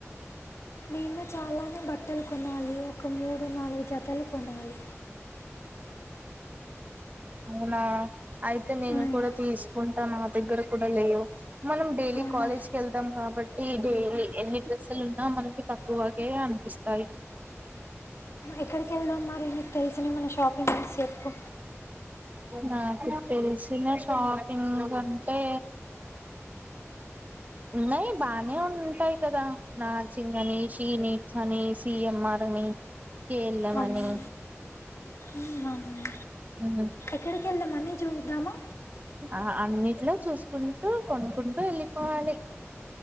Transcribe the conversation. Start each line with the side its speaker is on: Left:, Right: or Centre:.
Left: నేను చాలానే బట్టలు కొనాలి ఒక మూడు నాలుగు జతలు కొనాలి
Right: అవునా అయితే నేను
Left: ఉమ్,
Right: కూడా తీస్ కుంటా నా దగ్గర కూడా లేవు మనం డైలీ
Left: అవునా
Right: కాలేజ్ కి వెళ్దాం కాబట్టి డేలీ ఎన్ని డ్రెస్సులు ఉన్నా మనకి తక్కువగే అనిపిస్తాయి
Left: ఎక్కడికెళ్దాం మరి నీకు తెలిసిన మన షాపింగ్స్ చెప్పు
Right: నాకు తెలిసిన షాపింగ్ అంటే ఉన్నాయి బానే ఉంటాయి కదా మ్యాచింగ్ అని షీ నిడ్స్ అని సిఎంఆర్ అని కె ల్ యం
Left: అవును
Right: అని
Left: ఉమ్, అవును.
Right: ఉ
Left: ఎక్కడికి వెళ్దాం అన్ని చూద్దామా
Right: ఆ అన్నిట్లో చూసుకుంటూ కొనుకుంటూ వెళ్ళిపోవాలి